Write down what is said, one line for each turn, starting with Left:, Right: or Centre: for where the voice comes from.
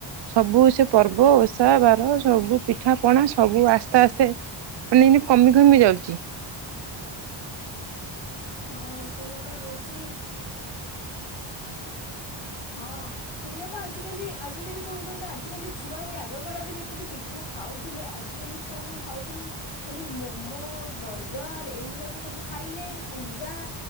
Right: ସବୁ ସେ ପର୍ବ ଓଷା ବାର ସବୁ ପିଠା ପଣା ସବୁ ଆସ୍ତେ ଆସ୍ତେ ମାନେ ଏନ୍ତି କମି କମି ଯାଉଛି।
Left: ହଁ ସେଇଆ ତ ହଉଛି। ହଁ ସେଇଆ ପା ଆଜିକାଲି ଆଜିକାଲି କଣ କହିଲ ଆଜିକାଲି ଛୁଆ ବି ଆଗ କାଳରେ ଯେତିକି ପିଠା ଖାଉଥିଲେ ଆଜିକାଲି ଛୁଆ କଣ ଖାଉଛନ୍ତି। ଖାଲି ମୋମୋ ବର୍ଗର ଏଇଗୁଡା ତ ସବୁ ଖାଇଲେ ପିଜା।